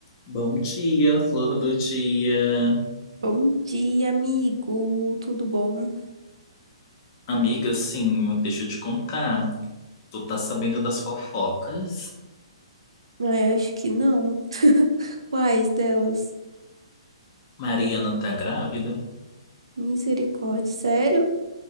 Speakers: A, on the left; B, on the right.
A: Bom dia, flor do dia.
B: Bom dia, amigo. Tudo bom?
A: Amiga, sim, deixa eu te contar. Tu tá sabendo das fofocas?
B: Ah, eu acho que não. Quais delas?
A: Mariana tá grávida?
B: Misericórdia, sério?